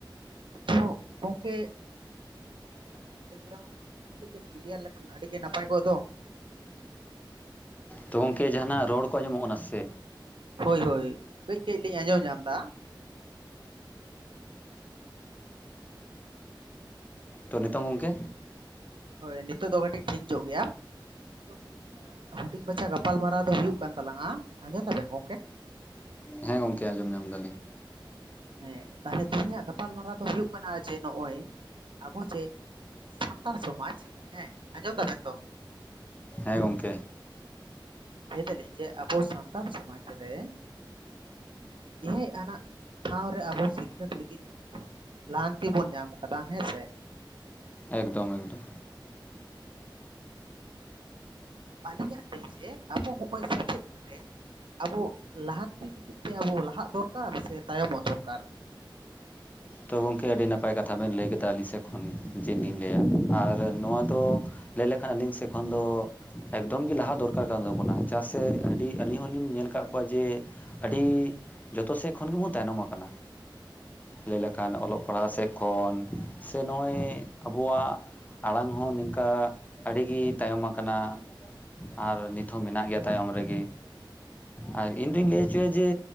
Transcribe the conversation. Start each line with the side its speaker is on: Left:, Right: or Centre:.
Right: ᱛᱚ ᱜᱚᱝᱠᱮ ᱟᱵᱮᱱᱟᱜ ᱠᱟᱹᱴᱤᱡ ᱵᱮᱠᱜᱨᱟᱣᱩᱱᱰ ᱠᱟᱹᱴᱤᱡ ᱵᱮᱱ ᱠᱞᱤᱭᱟᱨ ᱞᱮᱠᱷᱟᱱ ᱟᱹᱰᱤ ᱜᱮ ᱱᱟᱯᱟᱭ ᱠᱚᱜ ᱫᱚ᱾
Left: ᱛᱚ ᱜᱚᱝᱠᱮ ᱡᱟᱦᱟᱱᱟᱜ ᱨᱚᱲ ᱠᱚ ᱟᱱᱡᱚᱢᱚᱜ ᱠᱟᱱᱟ ᱥᱮ᱾
Right: ᱦᱳᱭ ᱦᱳᱭ ᱠᱟᱹᱡ ᱠᱟᱹᱡ ᱞᱤᱧ ᱟᱸᱡᱚᱢ ᱧᱟᱢ ᱫᱟ᱾
Left: ᱛᱚ ᱱᱤᱛᱚᱝ ᱜᱚᱝᱠᱮ᱾
Right: ᱦᱳᱭ ᱱᱤᱛᱚᱜ ᱫᱚ ᱠᱟᱹᱴᱤᱡ ᱴᱷᱤᱠ ᱧᱚᱜ ᱜᱮᱭᱟ᱾ ᱛᱮᱦᱮᱧᱟ ᱦᱩᱰᱤᱧ ᱢᱟᱪᱷᱟ ᱜᱟᱯᱟᱞᱢᱟᱨᱟᱣ ᱫᱚ ᱦᱩᱭᱩᱜ ᱠᱟᱱ ᱛᱟᱞᱟᱝᱼᱟ ᱟᱸᱡᱚᱢ ᱫᱟᱵᱮᱱ ᱜᱚᱝᱠᱮ᱾
Left: ᱦᱮᱸ ᱜᱚᱝᱠᱮ ᱟᱸᱚᱢ ᱧᱟᱢ ᱮᱫᱟᱞᱤᱧ᱾
Right: ᱦᱮᱸ ᱛᱟᱦᱚᱞᱮ ᱛᱮᱦᱮᱧᱟᱜ ᱜᱟᱯᱟᱞᱢᱟᱨᱟᱣ ᱫᱚ ᱦᱩᱭᱩᱜ ᱠᱟᱱᱟ ᱡᱮ ᱱᱚᱜᱼᱚᱭ ᱟᱵᱚ ᱡᱮ᱾ ᱥᱟᱱᱛᱟᱲ ᱥᱚᱢᱟᱡᱽ ᱦᱮᱸ ᱟᱸᱡᱚᱢ ᱛᱟᱵᱮᱱ ᱛᱚ᱾
Left: ᱦᱮᱸ ᱜᱚᱝᱠᱮ᱾
Right: ᱞᱟᱹᱭ ᱫᱟᱞᱤᱧ ᱡᱮ ᱟᱵᱚ ᱥᱟᱱᱛᱟᱲ ᱥᱚᱢᱟᱡᱽ ᱨᱮ᱾ ᱮᱭᱟᱭ ᱟᱱᱟᱜ ᱴᱷᱟᱶ ᱨᱮ ᱟᱵᱚ ᱥᱤᱠᱷᱱᱟᱹᱛ ᱞᱟᱹᱜᱤᱫ ᱛᱮ᱾ ᱞᱟᱦᱟᱱᱛᱤ ᱵᱚᱱ ᱧᱟᱢ ᱠᱟᱫᱟ ᱦᱮᱸ ᱥᱮ᱾
Left: ᱮᱠᱫᱚᱢ ᱮᱠᱫᱚᱢ
Right: ᱟᱹᱞᱤᱧᱟᱜ ᱞᱟᱹᱭ ᱡᱮ ᱟᱵᱚ ᱦᱚᱼᱚᱭ ᱥᱮᱪᱮᱫ ᱨᱮ᱾ ᱟᱵᱚ ᱞᱟᱦᱟᱱᱛᱤ ᱞᱟᱹᱜᱤᱫ ᱛᱮ ᱟᱵᱚ ᱞᱟᱦᱟᱜ ᱫᱚᱨᱠᱟᱨ ᱥᱮ ᱛᱟᱭᱚᱢᱚᱜ ᱫᱚᱨᱠᱟᱨ᱾
Left: ᱛᱚ ᱜᱚᱝᱠᱮ ᱟᱹᱰᱤ ᱱᱟᱯᱟᱭ ᱠᱟᱛᱷᱟ ᱵᱮᱱ ᱞᱟᱹᱭ ᱠᱮᱫᱟ ᱟᱹᱞᱤᱧ ᱥᱮᱫ ᱠᱷᱚᱱ ᱡᱮ ᱞᱤᱧ ᱞᱟᱹᱭᱼᱟ ᱟᱨ ᱱᱚᱣᱟ ᱛᱚ᱾ ᱞᱟᱹᱭ ᱞᱮᱠᱷᱟᱱ ᱟᱹᱞᱤᱧ ᱥᱮᱫ ᱠᱷᱚᱱ ᱫᱚ᱾ ᱮᱠᱫᱚᱢ ᱜᱮ ᱞᱟᱦᱟ ᱫᱚᱨᱠᱟᱨ ᱠᱟᱱ ᱛᱟᱵᱚᱱᱟ ᱪᱟᱜ ᱥᱮ ᱟᱹᱰᱤ ᱟᱹᱞᱤᱧ ᱦᱚᱞᱤᱧ ᱧᱮᱞ ᱟᱠᱟᱫ ᱠᱚᱣᱟ ᱡᱮ᱾ ᱟᱹᱰᱤ ᱡᱚᱛᱚ ᱥᱮᱫ ᱠᱷᱚᱱ ᱜᱮᱵᱚᱱ ᱛᱟᱭᱱᱚᱢ ᱟᱠᱟᱱᱟ᱾ ᱞᱟᱹᱭ ᱞᱮᱠᱷᱟᱱ ᱚᱞᱚᱜ ᱯᱟᱲᱦᱟᱜ ᱥᱮᱫ ᱠᱷᱚᱱ ᱥᱮ ᱱᱚᱜᱼᱚᱭ ᱟᱵᱚᱣᱟᱜ᱾ ᱟᱲᱟᱝ ᱦᱚᱸ ᱱᱤᱝᱠᱟ ᱟᱹᱰᱤᱜᱮ ᱛᱟᱭᱚᱢ ᱟᱠᱟᱱᱟ ᱟᱨ ᱱᱤᱛᱦᱚᱸ ᱢᱮᱱᱟᱜ ᱜᱮᱭᱟ᱾ ᱛᱟᱭᱚᱢ ᱨᱮᱜᱮ ᱟᱨ ᱤᱧ ᱫᱩᱧ ᱞᱟᱹᱭ ᱦᱚᱪᱚᱭᱟ ᱡᱮ